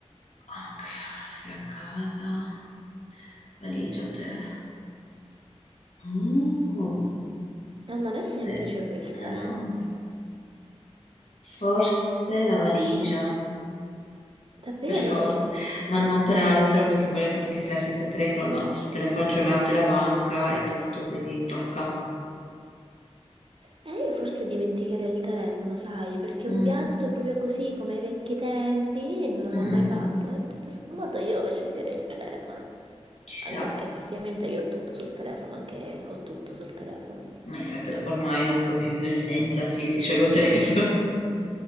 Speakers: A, on the left (about 80°); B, on the right (about 50°).
A: Ok, se a casa, valigia o telefono? Mm.
B: Ah, non è semplice
A: Se-
B: questa,
A: eh no.
B: eh.
A: Forse la valigia,
B: Davvero?
A: per forza, ma non per altro perché volevo anche stare senza telefono, ma sul telefono c'ho l'app della banca e tutto, quindi tocca.
B: Eh, io forse dimenticherei il telefono, sai, perché
A: Mm,
B: un viaggio proprio così come ai vecchi tempi non
A: mm,
B: l'ho
A: mm.
B: mai fatto e tutto sommato io sceglierei il telefono,
A: Ci
B: anche
A: sta,
B: se effettivamente io ho tutto sul telefono, anche ho tutto sul telefono.
A: ma infatti ormai non puoi più vivere senza, sì, si scioglie il telefono.